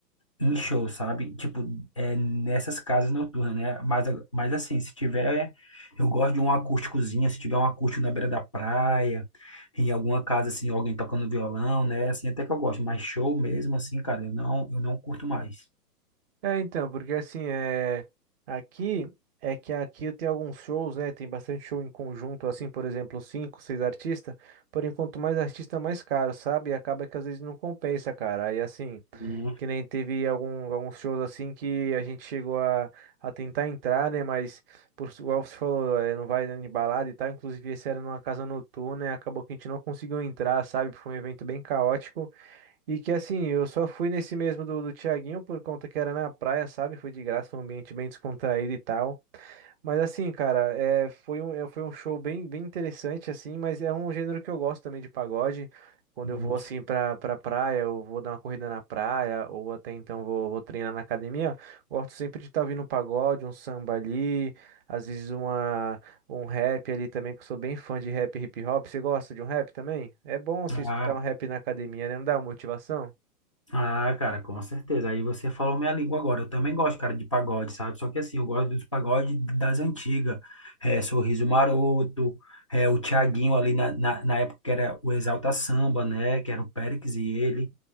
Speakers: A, on the left; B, on the right.
A: em show, sabe? Tipo, é nessas casas noturnas, né? Mas, a- mas assim, se tiver, eu gosto de um acústicozinho, se tiver um acústico na beira da praia, em alguma casa assim, alguém tocando violão, né? Assim, até que eu gosto, mas show mesmo assim, cara, eu não, eu não curto mais.
B: É, então, porque assim, é... aqui é que aqui eu tenho alguns shows, né? Tem bastante show em conjunto, assim, por exemplo, cinco, seis artistas. Porém, quanto mais artista, mais caro, sabe? E acaba que às vezes não compensa, cara. Aí assim,
A: Hum,
B: que nem teve algum, alguns shows assim que a gente chegou a, a tentar entrar, né? Mas, por, igual você falou, é, não vai dando de balada e tal. Inclusive, esse era numa casa noturna, e acabou que a gente não conseguiu entrar, sabe? Foi um evento bem caótico. E que assim, eu só fui nesse mesmo do, do Thiaguinho por conta que era na praia, sabe? Foi de graça, foi um ambiente bem descontraído e tal. Mas assim, cara, é, foi um, é, foi um show bem, bem interessante, assim, mas é um gênero que eu gosto também de pagode. Quando
A: hum.
B: eu vou assim pra, pra praia, eu vou dar uma corrida na praia, ou até então vou, vou treinar na academia, gosto sempre de estar ouvindo um pagode, um samba ali, às vezes uma um rap ali também, que eu sou bem fã de rap e hip hop. Você gosta de um rap também? É bom você
A: Ah,
B: escutar um rap na academia, né? Não dá uma motivação?
A: Ah, cara, com certeza. Aí você falou minha língua agora. Eu também gosto, cara, de pagode, sabe? Só que assim, eu gosto dos pagodes das antigas. É, Sorriso Maroto, é, o Thiaguinho ali na, na, na época que era o Exalta Samba, né? Que era o Péricles e ele.